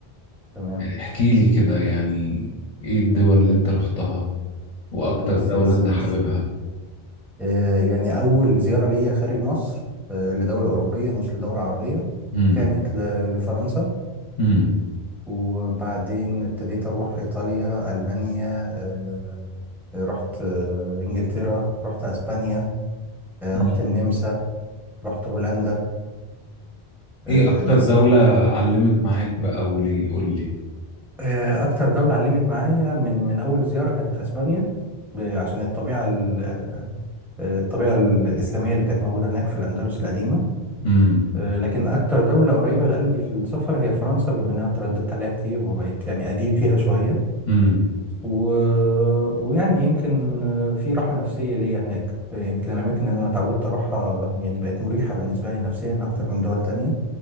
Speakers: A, in the centre; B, on the left.
A: تمام
B: احكي لي كده يعني إيه الدول اللي أنت رحتها وأكتر
A: بص
B: دولة
A: يا سيدي
B: أنت حاببها
A: آه يعني اول زيارة ليا خارج مصر آه لدولة اوروبية مش لدولة عربية
B: امم
A: كانت ل- لفرنسا
B: امم
A: وبعدين ابتديت اروح ايطاليا المانيا آه آه، رحت آه انجلترا رحت اسبانيا آه
B: أمم.
A: رحت النمسا رحت هولندا آه،
B: إيه أكتر
A: لسه
B: دولة علمت معاك بقى وليه قول لي
A: آه، أكتر دولة علمت معايا من من أول زيارة كانت أسبانيا ب- عشان الطبيعة ال- آه، الطبيعة ال- الإسلامية اللي كانت موجودة هناك في الأندلس القديمة
B: امم
A: آه، لكن أكتر دولة قريبة لقلبي في السفر هي فرنسا بما إن أنا ترددت عليها كتير وبقيت يعني قديم فيها شوية
B: امم
A: و... ويعني يمكن آه، في راحة نفسية ليا هناك آه، يمكن الأماكن اللي أنا اتعودت أروحها ب- يعني بقت مريحة بالنسبة لي نفسيا أكتر من دول تانية